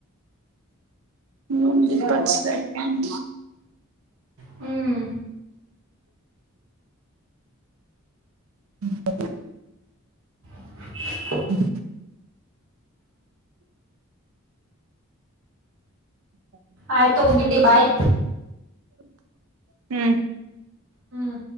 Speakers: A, on the right; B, on the right.
A: ಹ್ಮ ಇಪ್ಪತ್ತು ಸೆಕೆಂಡ್
B: ಹ್ಮ್
A: ಹ್ಮ
B: <unintelligible>
A: ಹ್ಮ್ <inaudible>
B: ಆಯ್ತು ತೋಗ ಗಿಡ್ಡಿ ಬಾಯ್
A: ಹ್ಮ್
B: ಹ್ಮ್